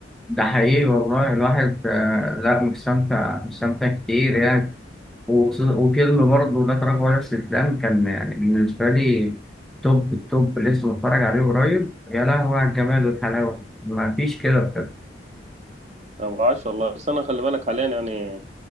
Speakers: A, in the centre; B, on the right.
A: ده حقيقي والله الواحد آه لا مستمتع مستمتع كتير يعني وص- وفيلم برضه لا تراجع ولا استسلام كان يعني بالنسبه لي توب التوب لسه بتفرج عليه قريب يا لهوي على الجمال والحلاوه ما فيش كده بجد
B: ما بعرفش والله بس أنا خلي بالك حاليا يعني